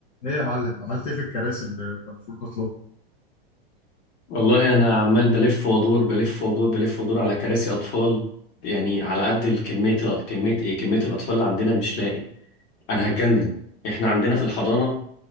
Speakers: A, on the left (about 60°); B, on the left (about 40°).
A: ايه يا معلم عملت ايه في الكراسي اللي كان المفروض نطلبها
B: والله انا عمال بلف وادور بلف وادور بلف وادور على كراسي اطفال يعني على قد الكميه الأ- كميه ايه كميه الاطفال اللي عندنا مش لاقي انا هتجنن احنا عندنا في الحضانه